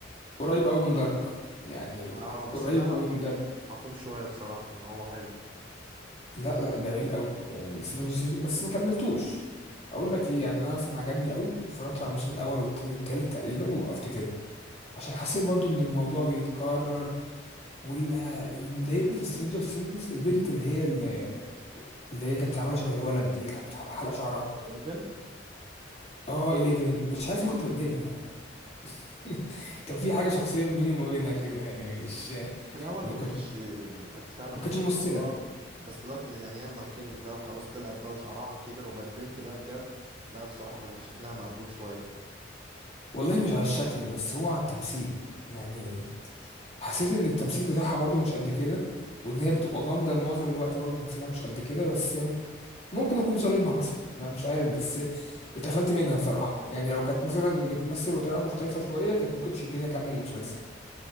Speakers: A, on the left; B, on the right.
A: قريب قوي من دارك يعني
B: اه بس
A: قريب
B: ده مفهوم
A: قوي من دارك
B: مفهوم شويه بصراحه ان هو حلو
A: لا لا جميل قوي يعني سترينجر ثينجز بس ما كملتوش اقول لك ليه يعني انا مثلا عجبني قوي واتفرجت على الموسم الاول والتاني والتالت تقريبا ووقفت كده عشان حسيت برضو ان الموضوع بيتكرر واللي اللي مضايقني في سترينجر ثينجز البنت اللي هي اللي, اللي هي كانت عامله شبه الولد دي اللي كانت حلقه شعرها
B: 11
A: اه 11 مش عارف ليه كنت بتضايق منها <laughs> كان في حاجه شخصيه ما بيني وما بينها كده يعني مش
B: في الاول ما كانتش
A: كنت بت...
B: كانت فعلا
A: ما
B: ما
A: كانتش
B: كانت
A: ممثله
B: مكرهه بس دلوقتي يعني ياما كبر بقى وخلاص طلعت بقى وشعرها كبر وبقت بنت بقى بجد لا بصراحه بقى شكلها مقبول شويه
A: والله مش على الشكل بس هو على التمثيل يعني حسيت ان التمثيل بتاعها برضو مش قد كده وان هي بتبقى غامضه معظم الوقت برضو تمثيلها مش قد كده بس ممكن اكون ظالمها مثلا ما مش عارف بس اتقفلت منها بصراحه يعني لو كانت مثلا بتمثل بطريقه مختلفه شويه كانت ممكن تشدني اكمل المسلسل